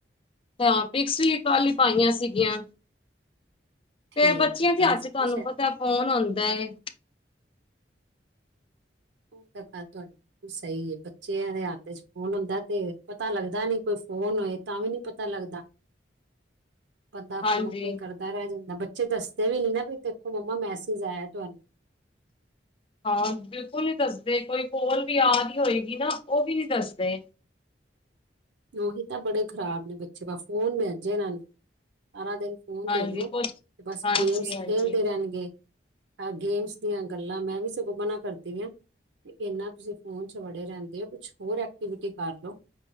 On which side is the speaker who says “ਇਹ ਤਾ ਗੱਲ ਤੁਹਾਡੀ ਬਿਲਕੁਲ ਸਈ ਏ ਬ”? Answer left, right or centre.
Right